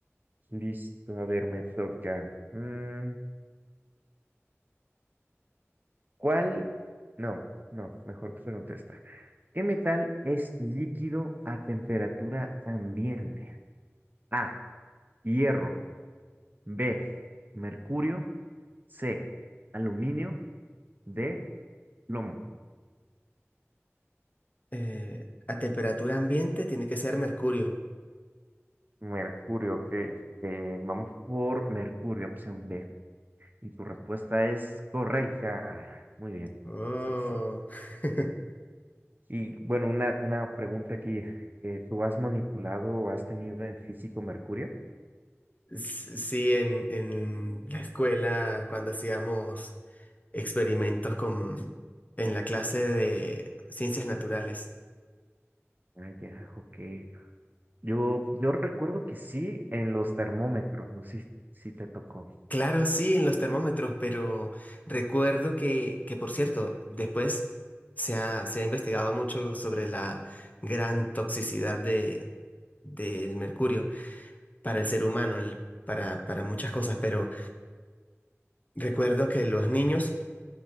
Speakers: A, on the right; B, on the left.
A: Listo, a ver, me toca. Mm, ¿cuál? No, no, mejor te pregunto esta. ¿Qué metal es líquido a temperatura ambiente? A, hierro, B, mercurio, C, aluminio, D, plomo.
B: Eh, a temperatura ambiente tiene que ser mercurio.
A: Mercurio, ok. Eh, vamos por mercurio, opción B. Y tu respuesta es correcta. Muy bien.
B: Oh.
A: Sí, sí.
B: <laughs>
A: Y bueno, una, una pregunta aquí. eh, ¿tú has manipulado o has tenido en físico mercurio?
B: S- Sí, en, en la escuela, cuando hacíamos experimentos con, en la clase de ciencias naturales.
A: Ah, ya, ok. Yo, yo recuerdo que sí en los termómetros, no sé si te tocó.
B: Claro, sí, en los termómetros, pero recuerdo que, que por cierto, después se ha, se ha investigado mucho sobre la gran toxicidad de, del mercurio para el ser humano, el- para, para muchas cosas, pero recuerdo que los niños